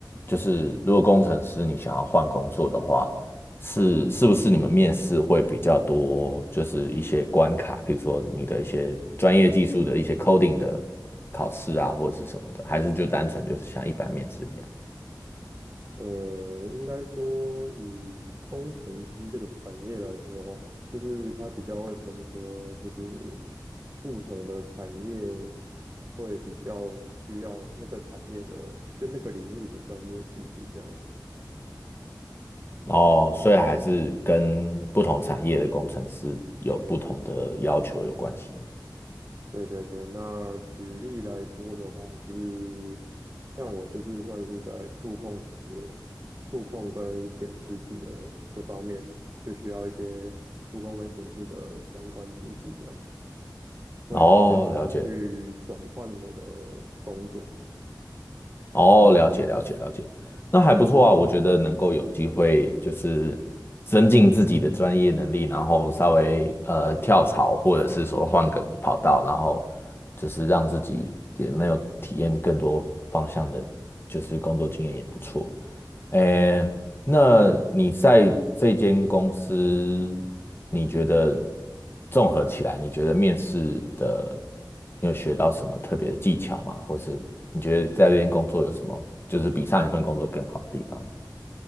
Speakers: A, on the left (about 30°); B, on the right (about 35°).
A: 就是如果工程师你想要换工作的话，是是不是你们面试会比较多，就是一些关卡，比如说你的一些专业技术的一些 coding 的考试啊，或者是什么的，还是就单纯就是像一般面试一样？
B: 诶，应该说以工程师这个产业来说的话，就是它比较会分说，就是不同的产业会比较需要那个产业的，就那个领域的专业知识这样子
A: 哦，所以还是跟不同产业的工程师有不同的要求有关系。
B: 对对对对。那举例来说的话，就是像我就是算是在触控产业，触控跟显示器的这方面，就需要一些触控跟显示的相关知识这样。
A: 哦，
B: 会比较好去转换我的
A: 了解。
B: 工作。
A: 哦，了解了解了解，那还不错啊，我觉得能够有机会就是增进自己的专业能力，然后稍微呃跳槽，或者是说换个跑道，然后就是让自己也能有体验更多方向的，就是工作经验也不错。诶，那你在这间公司，你觉得综合起来，你觉得面试的，你有学到什么特别的技巧吗？或是你觉得在这边工作有什么，就是比上一份工作更好的地方？